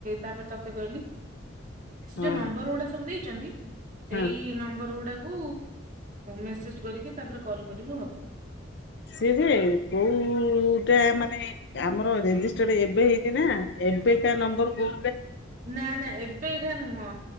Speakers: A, on the right; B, on the left.
A: ତାପରେ ତତେ କହିଲି ସେ
B: ହଁ
A: ଯୋଉ ନମ୍ବର ଗୁଡା ସବୁ ଦେଇଚନ୍ତି ସେଇ
B: ହଁ
A: ନମ୍ବର ଗୁଡାକୁ ମେସେଜ କରିକି ତାପରେ କଲ୍ କରିବୁ ହବ।
B: ସିଏ ଯେ କୋଉଟା ମାନେ ଆମର ରେଜିଷ୍ଟର ଏବେ ହେଇଚି ନା। ଏବେ କା ନମ୍ବରକୁ
A: ନା ନା ଏବେକା ନୁହଁ